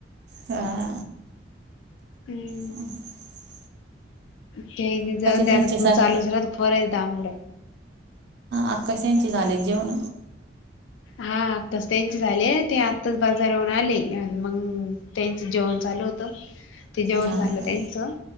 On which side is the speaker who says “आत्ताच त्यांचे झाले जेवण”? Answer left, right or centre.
Right